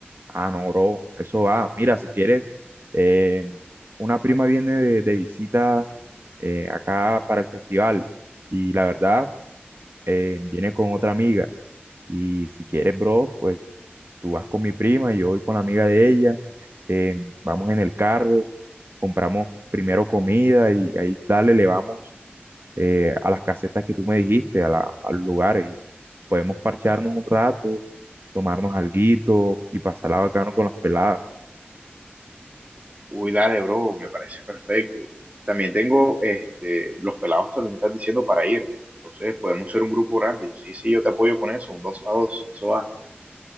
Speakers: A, on the right; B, on the right.
A: Ah, no, bro, eso va. Mira, si quieres, eh, una prima viene de, de visita eh, acá para el festival y la verdad, eh, viene con otra amiga. Y si quieres, bro, pues tú vas con mi prima y yo voy con la amiga de ella. eh, vamos en el carro, compramos primero comida y ahí dale, le vamos eh, a las casetas que tú me dijiste, a la- al lugar y podemos parcharnos un rato, tomarnos alguito y pasarla bacano con las peladas.
B: Uy, dale, bro, me parece perfecto. También tengo, este, los pelados también están diciendo para ir. Entonces, podemos ser un grupo grande. Y Sí, sí, yo te apoyo con eso, un dos a dos, eso va.